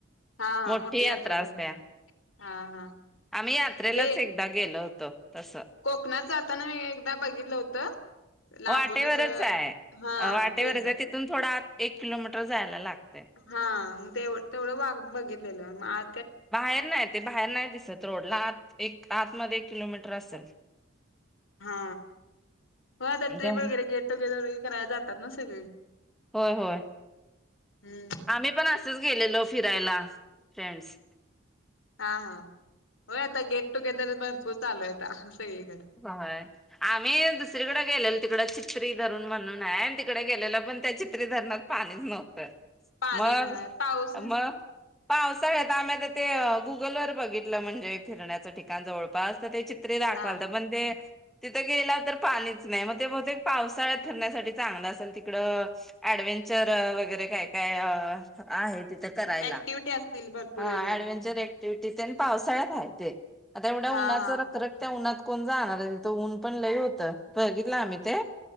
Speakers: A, on the left; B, in the centre.
A: हा हा
B: मोठी यात्रा असते
A: भर हा हा
B: आम्ही यात्रेलाच
A: जे
B: एक एकदा गेलं होत तस
A: कोकणात जाताना एकदा बघितलं होतं लांबूनच
B: वाटेवरच आहे
A: हा
B: वाटेवरच
A: तेच
B: आहे तिथून थोडा एक किलोमीटर जायला लागतंय
A: हा मग ते तेवढं वाघ बघितलेलं आहे मग आ
B: बाहेर नाही ते बाहेर नाही दिसत रोडला आत एक आतमध्येध्ये एक किलोमीटर असेल
A: हा हो आता ट्रिप
B: जाऊन
A: वगैरे गेट टुगेदर वगैरे करायला जातात ना सगळे
B: होय होय
A: हम्म
B: आम्ही पण असेच गेलेलो फिरायला फ्रेंडस
A: हा हा हो आता गेट टुगेदर भरपूर चालू आहे सगळीकडे
B: होय आम्ही दुसरीकडें गेलेलो तिकड चित्री धरण म्हणून आहे आणि तिकडे गेलेल पण त्या चित्री धरणात पाणीच नव्हतं
A: पाणी
B: मग
A: नाही पाऊस
B: मग पावसाळ आता आम्ही आता ते गुगलवरर बघितलं म्हणजे फिरण्याचं ठिकाण जवळपास तर ते चित पत राखवालत
A: हा
B: बंद तिथं गेला तर पाणीच नाही मग ते बहते पावसाळ्यात फिरण्यासाठी चांगलं असेल तिकडं ऍडव्हेंचर वगैरे काय काय आहे तिथ करायलाडव्ंचर
A: ऍक्टिव्हटी असतील भरपूर वगैरे
B: टटी आणि पावसाळ्यातय ते आता एवढ्या
A: हा
B: उन्हाच
A: हा
B: रखरख त्या उन्हात कोण जाणार आहे तिथं ऊन पण लय होतं बघितलं आम्ही ते